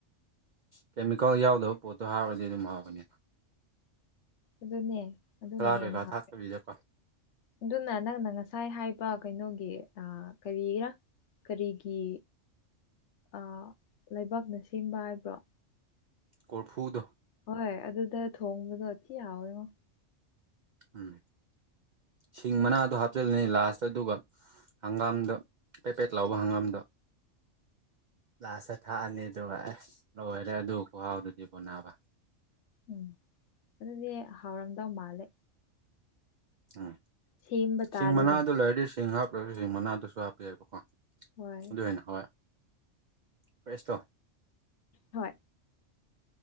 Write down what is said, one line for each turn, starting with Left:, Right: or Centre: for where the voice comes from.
Right: ꯀꯦꯃꯤꯀꯦꯜ ꯌꯥꯎꯗꯕ ꯄꯣꯠꯇꯣ ꯍꯥꯞꯔꯗꯤ ꯑꯗꯨꯝ ꯍꯥꯥꯎꯒꯅꯤ
Left: ꯑꯗꯨꯅꯦ ꯑꯗꯨꯅ ꯍꯦꯟꯅ
Right: ꯀꯩꯀꯥ
Left: ꯍꯥꯎꯋꯦ
Right: ꯊꯥꯛꯇꯕꯤꯗꯀꯣ
Left: ꯑꯗꯨꯅ ꯅꯪꯅ ꯉꯁꯥꯏ ꯍꯥꯏꯕ ꯀꯩꯅꯣꯒꯤꯑꯥ ꯀꯔꯤꯔꯥ ꯀꯔꯤꯒꯤ ꯑꯥ ꯂꯩꯕꯥꯛꯅ ꯁꯦꯝꯕ ꯍꯥꯏꯕ꯭ꯔꯣ
Right: ꯀꯣꯔꯐꯨꯗꯣ
Left: ꯍꯣꯏ ꯑꯗꯨꯗ ꯊꯣꯡꯕꯗꯣ ꯊꯤ ꯍꯥꯎꯋꯦꯉꯣ
Right: ꯎꯝ ꯁꯤꯡ ꯃꯅꯥꯗꯣ ꯍꯥꯞꯆꯜꯂꯅꯤ ꯂꯥꯁꯇ ꯑꯗꯨꯒ ꯍꯪꯒꯥꯝꯗꫭ ꯄꯦꯠ ꯄꯦꯠ ꯂꯥꯎꯕ ꯍꯪꯒꯥꯝꯗꯣ ꯂꯥꯁꯇ ꯊꯥꯛꯑꯅꯤ ꯑꯗꯨꯒ ꯑꯁ ꯂꯣꯏꯔꯦ ꯑꯗꯨ ꯈꯨꯍꯥꯎꯗꯨꯗꯤ ꯕꫭ ꯅꯥꯕ
Left: ꯎꯝ ꯑꯗꯨꯅꯦ ꯍꯥꯎꯔꯝꯗꯧ ꯃꯥꯜꯂꯦ
Right: ꯎꯝ
Left: ꯁꯦꯝꯕ ꯇꯥꯔꯦꯅꯦ
Right: ꯁꯤꯡ ꯃꯅꯥꯗꯨ ꯂꯩꯔꯗꯤ ꯁꯤꯡ ꯉꯥꯏꯍꯥꯛ <unintelligible> ꯁꯤꯡ ꯃꯅꯥꯗꯨꯁꯨ ꯍꯥꯞꯄ ꯌꯥꯏꯕꯀꫭ
Left: ꯍꯣꯏ
Right: ꯑꯗꯨ ꯍꯦꯟꯅ ꯍꯥꯎꯋꯦ ꯄ꯭ꯔꯦꯁꯇꯣ
Left: ꯍꯣꯏ